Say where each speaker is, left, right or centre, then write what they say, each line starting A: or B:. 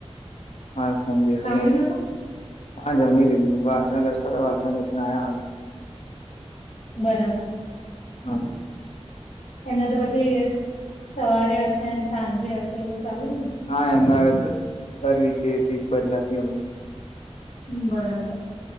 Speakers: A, on the left (about 70°); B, on the left (about 80°).
A: હાલ ખમ બેશે
B: જમી લીધું
A: હા જમી લીધ વાસણ ગજતા તો વા ગજ નાયા હાલ.
B: બરાબર.
A: હા.
B: એને તો પછી સવારે હશે સાંજે હશે એવું ચાલુ
A: હા એમના દર વીકે સીટ બદલાતી હોય.
B: બરાબર.